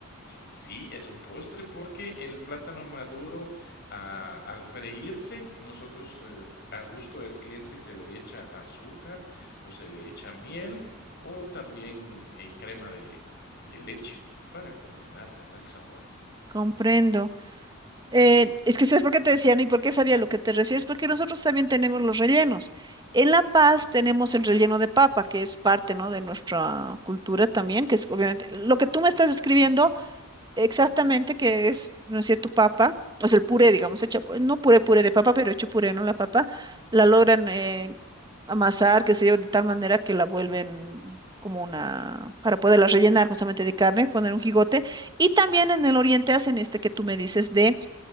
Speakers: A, on the left; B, on the right.
A: Sí, es un postre porque el plátano maduro, ah, al freírse, nosotros, eh, a gusto del cliente se le echa azúcar o se le echa miel o también, eh, crema de de leche para combinar, ¿verdad?, el sabor.
B: Comprendo. Eh, es que sabes por qué te decían y por qué sabía a lo que te refieres, porque nosotros también tenemos los rellenos. En La Paz tenemos el relleno de papa, que es parte, ¿no? de nuestra cultura también, que es obviamente lo que tú me estás describiendo exactamente, que es, ¿no es cierto?, papa, o sea, el puré, digamos, hecha, pues, no puré, puré de papa, pero hecho puré, ¿no? La papa la logran
A: Sí.
B: eh, amasar, qué sé yo, de tal manera que la vuelven como una, para poderla rellenar justamente de carne, poner un jigote. Y también en el oriente hacen este que tú me dices de